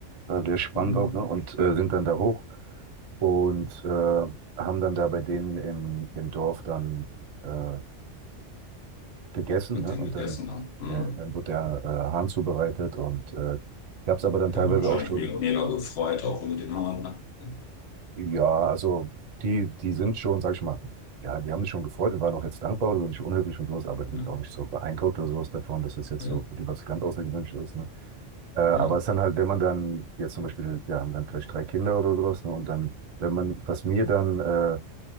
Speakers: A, on the right (about 45°); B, on the left (about 75°).
A: War sehr spannend
B: mm,
A: auch, ne? Und, äh, sind dann da hoch und, äh, haben dann da bei denen im im Dorf dann, äh, gegessen,
B: mit
A: ne?
B: dem
A: Und
B: gegessen
A: dann
B: dann. Mm.
A: ja, dann wurde der, äh, Hahn zubereitet und, äh, gab es aber dann teilweise
B: Der hat sich wahrscheinlich
A: auch schon
B: mega, mega gefreut, auch über den Hahn. Ne?
A: ja, also die die sind schon, sag ich mal ja, die haben sich schon gefreut und waren auch jetzt dankbar oder nicht unhöflich und so was, aber ich
B: Ja,
A: bin auch nicht so beeindruckt oder so was davon, dass das jetzt
B: ja,
A: so
B: ja.
A: die was ganz Außergewöhnliches ist, ne? Äh, aber
B: ja.
A: es ist dann halt, wenn man dann jetzt zum Beispiel, wir haben dann vielleicht drei Kinder oder sowas, ne, und dann, wenn man, was mir dann äh,